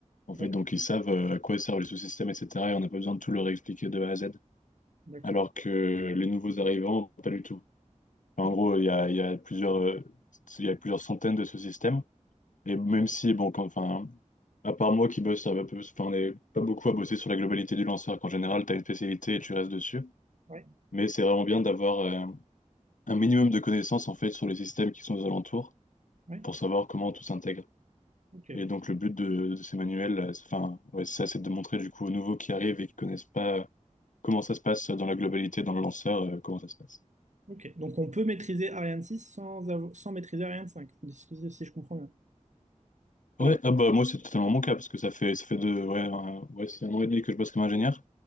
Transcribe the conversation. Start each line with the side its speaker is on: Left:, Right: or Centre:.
Left: En
Right: d'accord,
Left: fait, donc ils savent euh, à quoi servent les sous-systèmes, etc. Et on n'a pas besoin de tout leur expliquer de A à Z.
Right: d'accord.
Left: Alors que les nouveaux arrivants, pas du tout. Enfin,
Right: Ouais,
Left: en gros, il y a, il y a plusieurs, euh, il y a plusieurs centaines de sous-systèmes. Et même si, bon, quand- enfin, à part moi qui bosse, un peu- enfin, on n'est pas beaucoup à bosser sur la globalité du lanceur. Qu'en général, tu as une spécialité et tu restes dessus.
Right: ouais,
Left: Mais c'est vraiment bien d'avoir euh, un minimum de connaissances en fait sur les systèmes qui sont aux alentours
Right: ouais,
Left: pour savoir comment tout s'intègre.
Right: ok,
Left: Et donc le but de, de ces manuels, euh, c'est- enfin, ouais, c'est ça, c'est de montrer du coup aux nouveaux qui arrivent et qui connaissent pas euh, comment ça se passe dans la globalité, dans le lanceur, euh, comment ça se passe.
Right: ok. Donc on peut maîtriser Ariane six sans, avo- sans maîtriser Ariane 5, si si je comprends bien. À
Left: Ouais,
Right: la base,
Left: ah bah moi c'est totalement mon cas parce que ça fait ça fait deux, ouais, un, ouais, c'est un an et demi que je bosse comme ingénieur